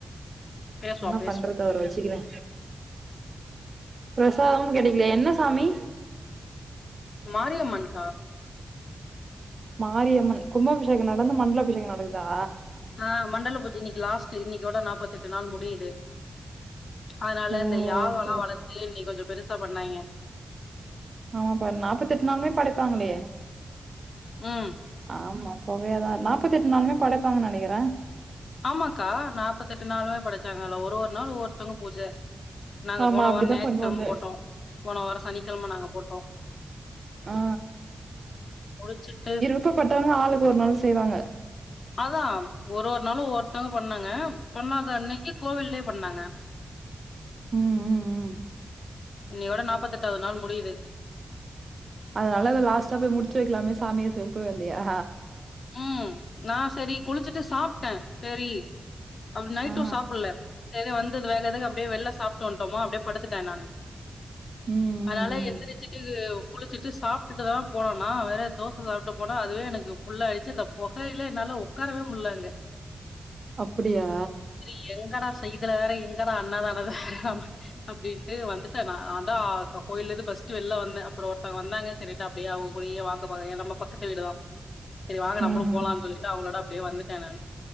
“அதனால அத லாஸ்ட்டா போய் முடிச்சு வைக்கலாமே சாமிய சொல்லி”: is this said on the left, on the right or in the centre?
Right